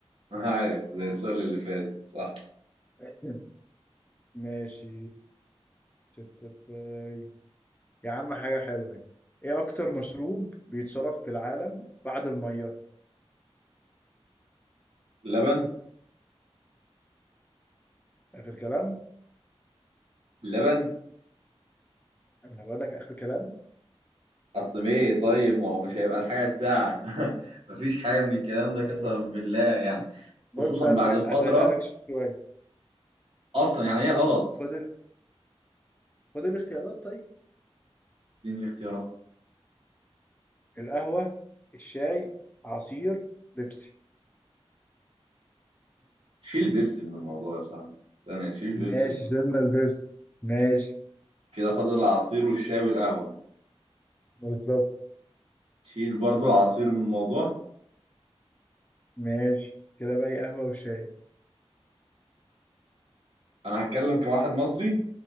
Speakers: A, on the right; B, on the left.
A: عارف زي السؤال اللي فات صح
B: <laughs> ماشي تت- تت- تاي. يا عم حاجة حلوة يعني إيه أكتر مشروب بيتشرب في العالم بعد المية
A: اللبن
B: آخر كلام
A: اللبن
B: أنا بقول لك آخر كلام
A: اصل ايه طيب ما هو مش هيبقى الحاجة الساعة <laughs> مفيش حاجة من الكلام
B: آه،
A: ده قسما بالله يعني
B: بص
A: خصوصا
B: هس-
A: بعد الفترة
B: هسهلها لك شوية
A: اصلا يعني هي غلط
B: خد ال... خد الاختيارات طيب
A: دي الاختيارات
B: القهوة الشاي عصير بيبسي
A: شيل بيبسي من الموضوع يا صاحبي ثانية شيل بيبسي
B: ماشي
A: من الموضوع
B: شلنا البيبسي ماشي
A: كده فاضل العصير والشاي والقهوة
B: بالظبط
A: شيل برضو العصير من الموضوع
B: ماشي كده بقى إيه، قهوة وشاي
A: أنا هتكلم كواحد مصري